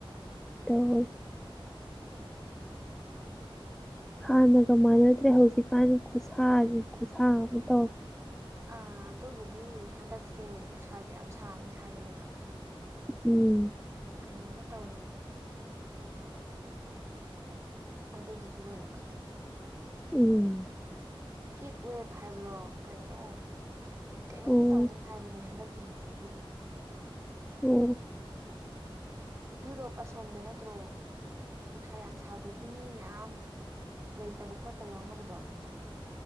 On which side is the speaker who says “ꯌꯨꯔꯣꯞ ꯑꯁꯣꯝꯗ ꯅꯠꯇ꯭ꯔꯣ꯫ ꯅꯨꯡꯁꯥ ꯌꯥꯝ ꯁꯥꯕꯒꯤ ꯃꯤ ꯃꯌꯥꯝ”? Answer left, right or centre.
Right